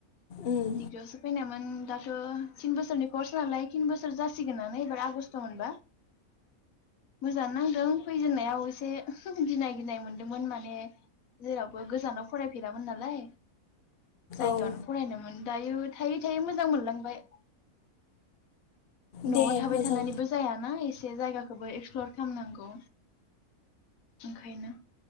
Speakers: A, on the left (about 55°); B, on the left (about 75°).
A: उम
B: दिग्रियावसो फैनायमोन दाथ' थिन बोसोरनि कर्स नालाय थिन बोसोर जासिगोनानो एबार आगस्ट मोनबा मोजाङानो नांदों फैजेननायाव एसे गिनाय गिनाय मोनदोंमोन माने जेरावबो गोजानाव फरायफेरामोन नालाय। जायगायावनो
A: औ
B: फरायनोमोन। दायो थायै थायै मोजां मोनलांबाय। न'आव
A: दे
B: थाबाय
A: मोजां
B: थानानैबो जायाना एसे जायगाखौबो एक्सप्लर खालामनांगौ ओंखायनो